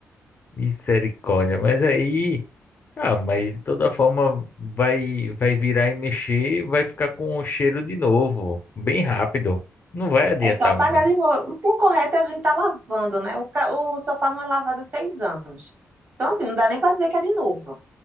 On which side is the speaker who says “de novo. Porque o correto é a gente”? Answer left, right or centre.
Right